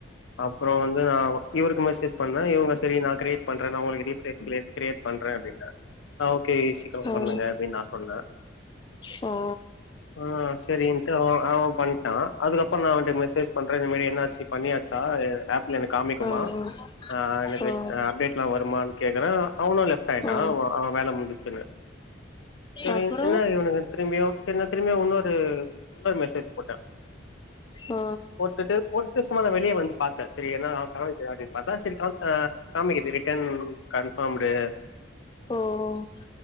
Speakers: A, on the left (about 85°); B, on the left (about 25°).
A: அப்புறோ வந்து நா இவருக்கு மெசேஜ் பண்ண இவுங்க சரி நா கிரேட் பண்ற நா உங்களுக்கு ரீப்லேஸ் கிரேட் கிரேட் பண்ற அப்டின்னா ஆ ஓகே சீக்கரோ
B: ஓ
A: பண்ணுங்க அப்டின் நா சொன்ன
B: தோ
A: ஆ சேரினுட்டு அவ அவன் பண்ட்டா அதுக்கப்புறோ நா வந்துட்டு மெசேஜ் பண்ற இந்த மாரி என் ஆர் சி பண்ணியா ச்சா ஆப்ல எனக்கு காமிக்குமா
B: ஓ
A: ஆ எனக்கு
B: ஓ
A: அப்டேட் லா வருமான் கேக்குற அவனு லெஃப்ட் ஆயிட்டா
B: ஓ
A: அவ அவ வேல முஞ்சிச்சுன்னு செரி
B: அப்புறோ
A: என்ன இவனுங்க திரும்பியு திரும்பி திரும்பி இன்னொரு இன்னொரு மெசேஜ் போட்ட
B: ஓ
A: போட்டுட்டு போட்டுட்டு சும்மா நா வெ ளிய வந்து பாத்த சரி எதனா காம்கிதா அப்டினு பாத்தா செரி காம் அ காமிக்கிது ரிட்டன் கன்ஃபாம்டு
B: ஓஓஸ்